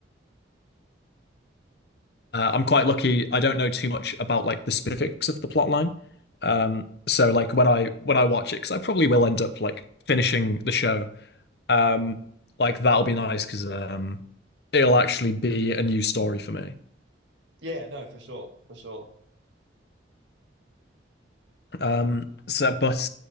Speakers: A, on the left; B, on the right.
A: Uh, I'm quite lucky. I don't know too much about like the specifics of the plot line. Um, so like when I when I watch it, because I probably will end up like finishing the show. Um, like that'll be nice because um, it'll actually be a new story for me.
B: yeah no for sure for sure
A: Um, so but